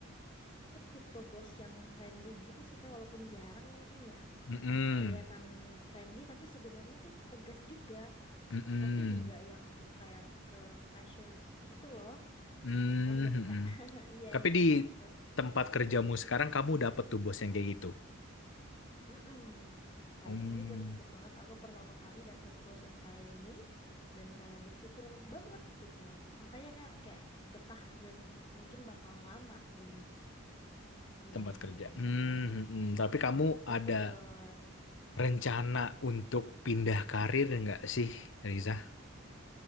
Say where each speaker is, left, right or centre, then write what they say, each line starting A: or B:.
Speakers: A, on the left; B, on the left.
A: Aku tipe bos yang friendly gitu sih Kak, walaupun jarang mungkin ya.
B: Mm-mm.
A: Ket- Kelihatan friendly tapi sebenarnya tuh tegas juga,
B: Mm-mm.
A: tapi nggak yang kayak ke pressure gitu loh.
B: Mm,
A: Paham gak sih
B: mm-mm.
A: Kak? <laughs> Iya,
B: Tapi
A: yang kayak
B: di
A: gitu.
B: tempat kerjamu sekarang kamu dapet tuh bos yang kayak gitu.
A: Mm-mm. Kayak
B: Hmm,
A: ini bersyukur banget aku pertama kali dapet bos yang kayak gini dan kayak bersyukur banget gitu. Makanya kayak betah dan mungkin bakal lama di bidang
B: tempat
A: ini
B: kerja. Hmm,
A: di
B: hmm.
A: sini.
B: Tapi kamu
A: Betul.
B: ada rencana untuk pindah karir nggak sih, Riza?